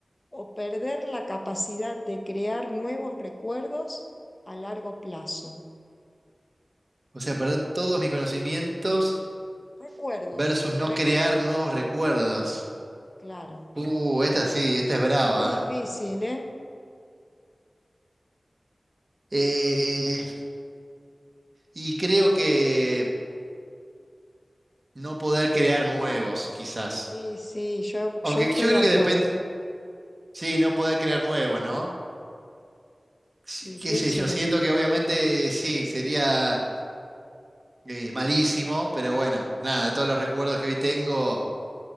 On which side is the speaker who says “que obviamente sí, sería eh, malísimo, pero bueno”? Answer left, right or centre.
Right